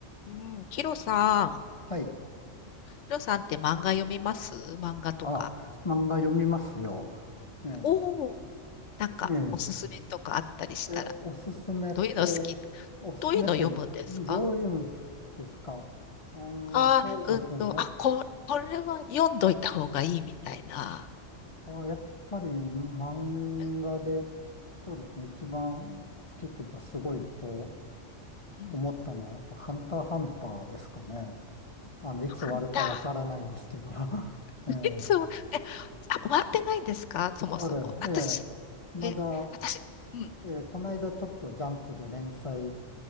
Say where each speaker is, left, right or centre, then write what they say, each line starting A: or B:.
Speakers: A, on the left; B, on the left.
A: うん、ヒロさん、
B: はい。
A: ヒロさんって漫画読みます漫画とか。
B: あ、漫画読みますよ。ええ、
A: おお、なんかおすすめとかあったりしたら、
B: ええ、え、おすすめって、
A: どういうの好き
B: おすすめってどういうん
A: どういうの読むんですか
B: ですかあー、
A: ああー、
B: そうですね。
A: うんと、
B: わ、
A: あ、こ、これは読んどいた方がいいみたいな。
B: あ、やっぱり漫画で、
A: うん、
B: そうですね。一番好きというか、すごいと
A: うん、うん
B: 思ったのは、やっぱハンターハンターですかね。あの、いつ終わるかわからないんですけど。
A: あった。
B: <laughs> ええ、
A: <laughs> そうえ、あ、終わってないんですかそもそも。
B: あれ、
A: 私、
B: ええ、まだ、
A: え、私、うん、
B: えーこの間ちょっとジャンプで連載